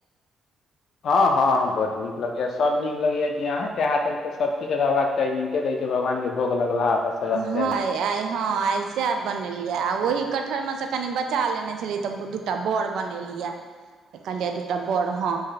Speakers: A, on the left; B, on the right.
A: हँ हँ बड नीक लगैये सब नीक लगैये कि अहाँ के हाथक तऽ सब किछ रहबाक चाही, नीके रहै छै भगवान के भोग लगलाहा बस रहबाक
B: हॅ
A: चाही
B: आइ हँं आइ सेएह बनेलियै आ ओहि कटहर में से कनी बचा लेने छलियै तऽ एकटा बड़ बनेलियेए कहलिये एकटा बड़ हँ